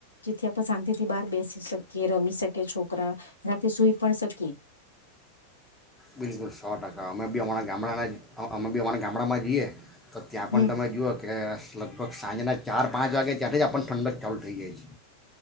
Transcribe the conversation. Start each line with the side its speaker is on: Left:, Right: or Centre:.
Left: જેથી આપણે શાંતિથી બહાર બેસી શકીએ, રમી શકીએ છોકરા રાતે સુઈ પણ શકીએ.
Centre: બિલકુલ સો ટકા અમે બી અમાડા ગામડાના જ અ-અમે બી અમાડા ગામડામાં જીયે તો ત્યાં પણ
Left: હમ
Centre: તમે જુઓ કે લગભગ સાંજના ચાર પાંચ વાગે ત્યાંથી જ આપણ ઠંડક ચાલુ ઠઈ જાય છે.